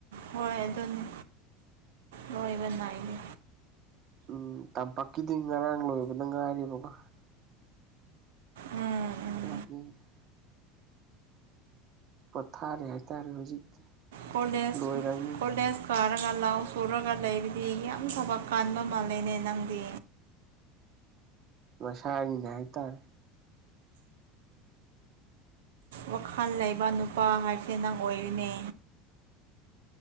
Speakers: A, on the right; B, on the right.
A: ꯍꯣꯏ ꯑꯗꯨꯅꯤ ꯂꯣꯏꯕ ꯅꯥꯏꯗꯦ
B: ꯎꯝ ꯇꯝꯄꯥꯛꯀꯤꯗꯤ ꯉꯔꯥꯡ ꯂꯣꯏꯕꯗ ꯉꯥꯏꯔꯤꯕꯀꯣ
A: ꯎꯝ ꯎꯝ
B: <unintelligible> ꯄꯣꯊꯥꯔꯦ ꯍꯥꯏꯇꯥꯔꯦ ꯍꯧꯖꯤꯛꯇꯤ
A: ꯀꯣꯂꯦꯖ
B: ꯂꯣꯏꯔꯕꯅꯤ
A: ꯀꯣꯂꯦꯖ ꯀꯥꯔꯒ ꯂꯥꯎ ꯁꯨꯔꯒ ꯂꯩꯕꯗꯤ ꯌꯥꯝ ꯊꯕꯛ ꯀꯥꯟꯕ ꯃꯥꯜꯂꯦꯅꯦ ꯅꯪꯗꯤ
B: ꯃꯁꯒꯤꯅꯦ ꯍꯥꯏꯇꯥꯔꯦ
A: ꯋꯥꯈꯜ ꯂꯩꯕ ꯅꯨꯄꯥ ꯍꯥꯏꯕꯁꯦ ꯅꯪ ꯑꯣꯏꯔꯦꯅꯦ